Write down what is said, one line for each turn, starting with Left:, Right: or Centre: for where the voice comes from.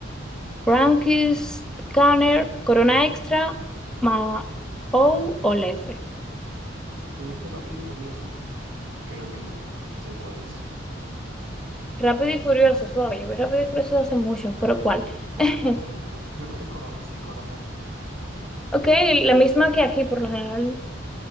Centre: Frankie's Scanner, Corona Extra, Ma O o Lefe.
Right: Si tuviste Rápido y Furiosos, creo que sé cuál es.
Centre: Rápido y Furiosos. Wow, yo vi Rápido y Furiosos hace mucho, pero ¿cuál?
Right: Las,
Centre: <laughs>
Right: las- las películas. Yo creo que es Corona, sí, Corona.
Centre: Ok, la misma que aquí, por lo general.